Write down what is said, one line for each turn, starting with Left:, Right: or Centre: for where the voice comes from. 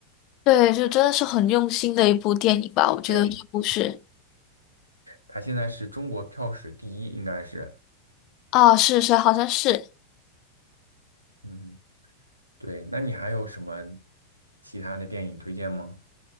Left: 对，就真的是很用心的一部电影吧，我觉得这部是
Right: 对，它现在是中国票史第一，应该是。
Left: 啊，是是，好像是，
Right: 嗯，对。那你还有什么其他的电影推荐吗？